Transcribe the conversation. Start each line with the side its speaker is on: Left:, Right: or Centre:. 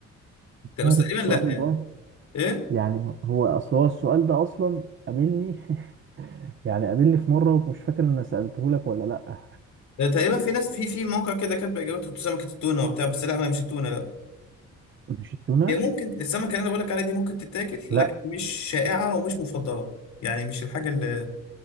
Right: عارف
Left: بس تقريبا
Right: السؤال
Left: لا يعني
Right: ده
Left: ايه
Right: يعني هو اصل هو السؤال ده اصلا قابلني <laughs> يعني قابلني في مره ومش فاكر ان سالته لك ولا لا
Left: ده تقريبا في ناس في في موقع كده كاتب اجابته سمكة التونة وبتاع بس لا هي مش التونة لا
Right: مش التونه
Left: هي ممكن السمكة اللي انا بقول لك عليها دي ممكن تتاكل
Right: لا
Left: لكن مش شائعة ومش مفضلة يعني مش الحاجة اللي